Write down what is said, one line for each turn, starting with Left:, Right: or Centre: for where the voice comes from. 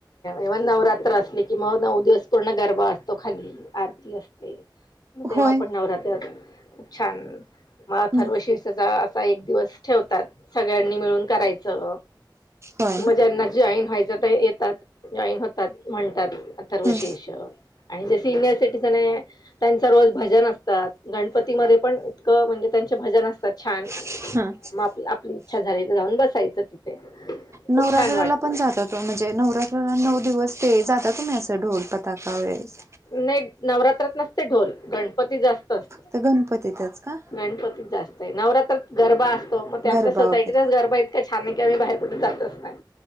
Left: इवन नवरात्र असले कि मग नऊ दिवस पूर्ण गरबा असतो खाली. आरती असते. मग तेव्हा
Right: होय
Left: पण नवरहात खूप छान मला
Right: ह
Left: थर्वशीीषचा. एक दिवस ठेवतात. सगळ्यांनी मिळून करायचं
Right: होय ना
Left: मज्यांना जॉईन व्हायचं तर येत. जॉईन होतात म्हणतात अथर्वशेष
Right: हम्म
Left: आणि जे सिनियर सिटीझन आहे. त्यांच रोज भजन असतात गणपतीमध्ये पण इतकं म्हणजे त्यांचे भजन असतात छान.
Right: हा.
Left: आपली इच्छा झाली तर जाऊन बसायचं तिथे.
Right: नवरात्राला
Left: खूप छान वाटतं
Right: पण जात म्हणजे नवरात्राला नऊ दिवस ते जाता तुम्ही असं ढोलप. तकावेेज.
Left: नाही नवरात्रात नसते ढोल गणपती जास्त. असत
Right: फक्त गणपतीतच का.
Left: गणपतीत जास्त आहे नवरात्रात गरबा असतो मग ते आमच्या
Right: गरबा
Left: सोसायटीचाच
Right: वगैरे
Left: गरबा आहे. का छान नाही की आम्ही बाहेर कुठे जातच नाही